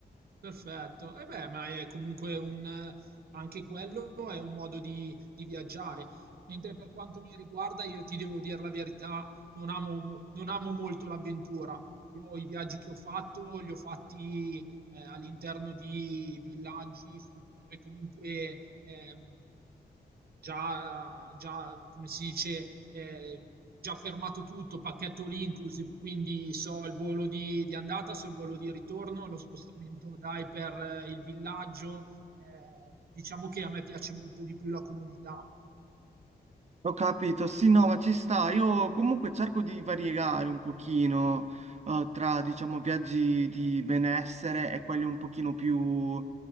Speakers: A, on the right (about 60°); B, on the right (about 40°).
A: Perfetto. E beh, ma è comunque un, eh, anche quello è un modo di, di viaggiare. Mentre per quanto mi riguarda, io ti devo dire la verità, non amo, mo- non amo molto l'avventura. Io i viaggi che ho fatto li ho fatti eh, all'interno di villaggi, strutture comunque ehm, già, già, come si dice, ehm, già fermato tutto, pacchetto all inclusive, quindi so il volo di, di andata, so il volo di ritorno, lo spostamento dai per eh, il villaggio. eh, diciamo che a me piace molto di più la comodità.
B: Ho capito, sì, no, ma ci sta. Io comunque cerco di variegare un pochino, eh, tra, diciamo, viaggi di benessere e quelli un pochino più,